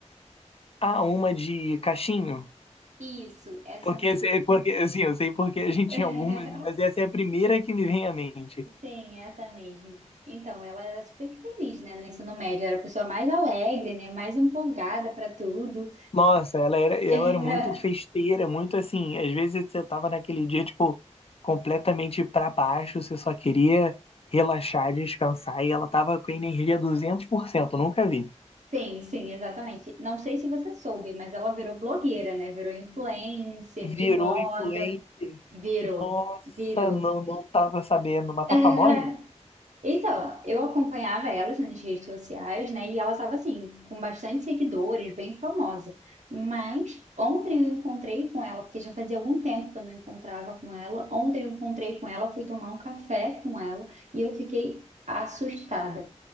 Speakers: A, on the left; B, on the right.
A: Ah, uma de cachinho?
B: Isso, essa
A: Porque,
B: mesmo.
A: porque assim, eu sei porque a gente
B: <laughs>
A: tinha algumas, né? Mas essa é a primeira que me vem à mente.
B: Sim, essa mesmo. Então, ela era super feliz, né, no ensino médio, era a pessoa mais alegre, né, mais empolgada para tudo.
A: Nossa, ela era,
B: <laughs>
A: ela era muito festeira, muito assim. Às vezes você tava naquele dia, tipo, completamente pra baixo, você só queria relaxar, descansar, e ela tava com a energia 200%, nunca vi.
B: Sim, sim, exatamente. Não sei se você soube, mas ela virou blogueira, né? Virou influencer de
A: Virou
B: moda.
A: influencer.
B: Virou,
A: Nossa,
B: virou.
A: não, não tava sabendo, mas
B: <laughs>
A: tá famosa?
B: Então, eu acompanhava elas nas redes sociais, né? E ela estava assim, com bastante seguidores, bem famosa. Mas ontem eu encontrei com ela, porque já fazia algum tempo que eu não encontrava com ela. Ontem eu encontrei com ela, fui tomar um café com ela e eu fiquei assustada.